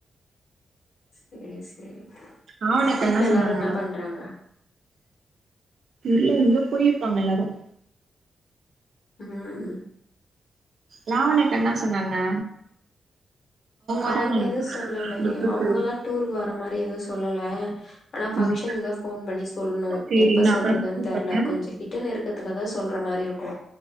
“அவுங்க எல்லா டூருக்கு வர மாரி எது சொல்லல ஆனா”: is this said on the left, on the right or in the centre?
Left